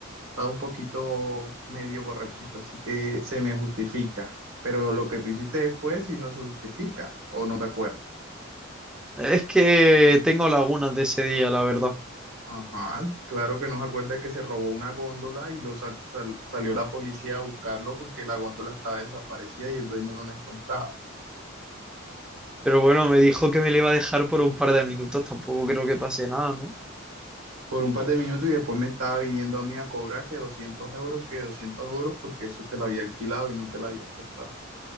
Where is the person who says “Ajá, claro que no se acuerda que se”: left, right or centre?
Right